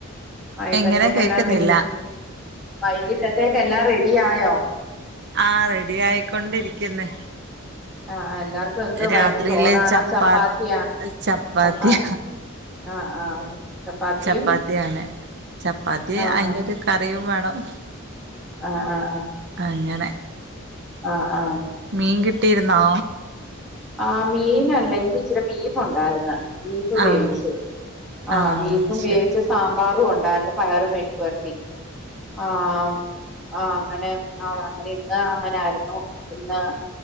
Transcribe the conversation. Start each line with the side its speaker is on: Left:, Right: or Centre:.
Centre: വൈട്ടത്തേക്കെല്ലാം
Right: എങ്ങനെ കേക്കുന്നില്ല
Centre: റെഡി വൈകിട്ടത്തേക്കെല്ലാം റെഡിയായോ?
Right: ആഹ് റെഡിയായിക്കൊണ്ടിരിക്കുന്ന്
Centre: ആഹ് ആഹ് എല്ലാർക്കും എന്തോ
Right: രാത്രിയില്
Centre: വൈട്ട് ചോറാണോ
Right: ചപ്പാ
Centre: ചപ്പാത്തിയാ
Right: ചപ്പാത്തിയ
Centre: ചപ്പാ ആഹ് ആഹ് ചപ്പാത്തിയും
Right: ചപ്പാത്തിയാണ് ചപ്പാത്തി
Centre: ആഹ്
Right: അയിനൊരു
Centre: ആഹ്
Right: കറിയും വേണം.
Centre: ആഹ് ആഹ് ആഹ്
Right: അങ്ങനെ
Centre: ആഹ് ആഹ്
Right: മീൻ കിട്ടിയിരുന്നാ?
Centre: ആ മീനല്ല ഇന്നിച്ചിരി ബീഫ് ഒണ്ടാരുന്ന്. ബീഫ് വേവിച്ചു.
Right: ആഹ്
Centre: ആ
Right: ആഹ്
Centre: ബീഫും
Right: അത് ശരി
Centre: വേവിച്ച് സാമ്പാറും ഒണ്ടായിരുന്ന് പയറ് മെഴുക്കുവരട്ടി ആഹ്. ആഹ് അങ്ങനെ ആഹ് അങ്ങനെ ഇന്ന് അങ്ങനാരുന്നു ഇന്ന്